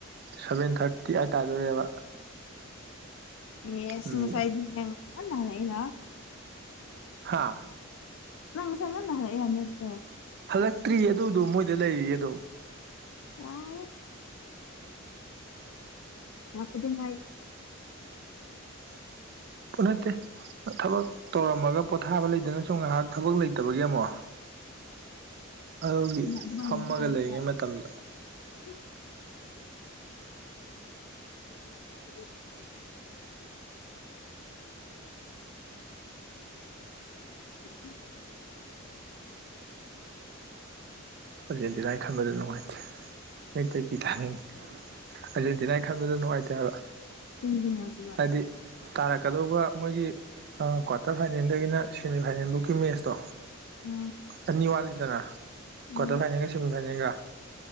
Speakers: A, on the right; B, on the left.
A: ꯁꯚꯦꯟ ꯊꯥꯔꯇꯤ ꯑꯥꯏꯠ ꯇꯥꯗꯣꯔꯦꯕ
B: ꯑꯦꯁ
A: ꯎꯝ
B: ꯉꯁꯥꯏꯗꯤ ꯅꯪ ꯉꯟꯅ ꯍꯜꯂꯛꯏꯅ
A: ꯍꯥꯥ
B: ꯅꯪ ꯉꯁꯥꯏ ꯉꯟꯅ ꯍꯜꯂꯛꯏ ꯍꯥꯏꯕ ꯅꯠꯇ꯭ꯔꫭ
A: ꯍꯜꯂꯛꯇ꯭ꯔꯤ ꯑꯗꯨꯗꯨ ꯃꯣꯏꯗ ꯂꯩꯔꯤꯌꯦ ꯑꯗꯨꯝ
B: <inaudible> ꯍꯜꯂꯛꯄꯗ ꯉꯥꯏ
A: <inaudible> ꯅꯠꯇꯦ ꯊꯕꯛ ꯇꯧꯔꯝꯃꯒ ꯄꯣꯊꯥꯕ ꯂꯩꯗꯅꯁꯨꯝ ꯉꯥꯏꯍꯥꯛ ꯊꯕꯛ ꯂꯩꯇꯕꯒꯤ ꯑꯃꯨꯛ ꯑꯗꯨꯒꯤ
B: ꯅꯪ ꯑꯗꯨꯃꯥꯏꯅꯗꯤ
A: ꯐꯝꯃꯒ
B: ꯍꯥꯏꯗꯦꯗ
A: ꯂꯩꯔꯤꯉꯩ ꯃꯇꯝꯗꫭ
B: ꯀꯔꯤ <inaudible> <inaudible>
A: ꯑꯥꯔꯖꯦꯟꯇꯤꯅꯥꯏ ꯈꯟꯕꯗ ꯅꯨꯡꯉꯥꯏꯇꯦ ꯃꯤꯠꯇꯩ ꯄꯤ <unintelligible> ꯑꯥꯔꯖꯦꯟꯇꯤꯅꯥꯒꯤ ꯈꯟꯕꯗ ꯅꯨꯡꯉꯥꯏꯇꯦ ꯍꯥꯏꯕ
B: ꯀꯩꯒꯤ ꯅꯨꯉꯥꯏꯇ꯭ꯔꯤꯕ
A: ꯍꯥꯏꯗꯤ ꯇꯥꯔꯛꯀꯗꯧꯕ ꯃꯣꯏꯒꯤ ꯑ ꯀ꯭ꯋꯥꯔꯇꯔ ꯐꯥꯏꯅꯦꯜꯗꯒꯤꯅ ꯁꯦꯃꯤ ꯐꯥꯏꯅꯦꯜꯐꯧꯀꯤ ꯃꯦꯠꯁꯇꯣ
B: ꯎꯝ
A: ꯑꯅꯤ ꯋꯥꯠꯂꯤꯗꯅ
B: ꯎꯝ
A: ꯀ꯭ꯋꯥꯇꯔ ꯐꯥꯏꯅꯦꯜꯒ ꯁꯦꯃꯤ ꯐꯥꯏꯅꯦꯜꯒ